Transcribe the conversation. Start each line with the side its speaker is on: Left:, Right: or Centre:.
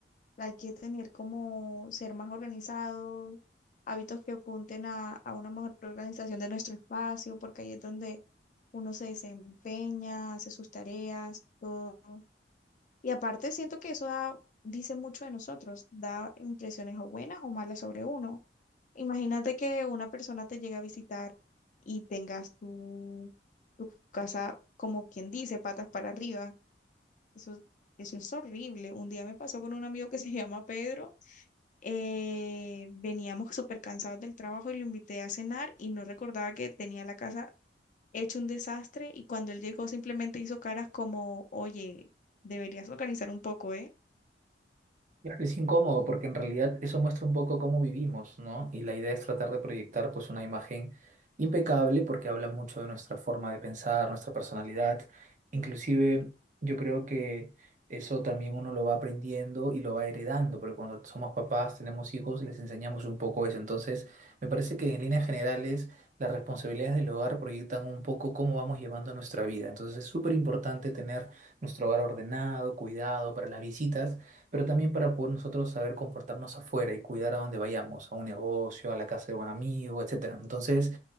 Left: Hay que tener como ser más organizados, hábitos que apunten a, a una mejor organización de nuestro espacio, porque ahí es donde uno se desempeña, hace sus tareas, todo. Y aparte siento que eso da- dice mucho de nosotros, da impresiones o buenas o malas sobre uno. Imagínate que una persona te llega a visitar y tengas tu, tu casa, como quien dice, patas para arriba. Eso, eso es horrible. Un día me pasó con un amigo que se <laughs> llama Pedro eh, veníamos súper cansados del trabajo y lo invité a cenar y no recordaba que tenía la casa hecho un desastre y cuando él llegó simplemente hizo caras como, oye, deberías organizar un poco, ¿eh?
Right: Claro, Es incómodo porque en realidad eso muestra un poco cómo vivimos, ¿no? Y la idea es tratar de proyectar pues una imagen impecable porque habla mucho de nuestra forma de pensar, nuestra personalidad. Inclusive yo creo que eso también uno lo va aprendiendo y lo va heredando, porque cuando somos papás, tenemos hijos, les enseñamos un poco eso. Entonces, me parece que en líneas generales las responsabilidades del hogar proyectan un poco cómo vamos llevando nuestra vida. Entonces es súper importante tener nuestro hogar ordenado, cuidado para las visitas pero también para poder nosotros saber comportarnos afuera y cuidar a donde vayamos, a un negocio, a la casa de un amigo, etcétera. Entonces,